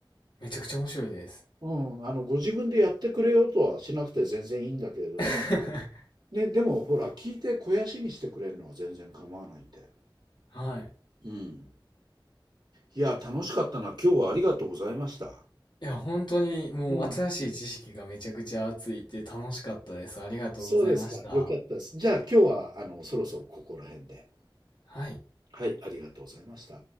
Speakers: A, on the left; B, on the right.
A: めちゃくちゃ面白いです。
B: うん。あの、ご自分でやってくれようとはしなくて全然いいんだけれども、
A: <laughs>
B: ね、でもほら、聞いて肥やしにしてくれるのは全然構わないんで。
A: はい。
B: うん。いや、楽しかったな。今日はありがとうございました。
A: いや、本当にもう新しい知識がめちゃくちゃついて楽しかったです。
B: うん。
A: ありがとうございました。
B: そうですか。よかったです。じゃあ今日は、あの、そろそろここら辺で。
A: はい。
B: はい、ありがとうございました。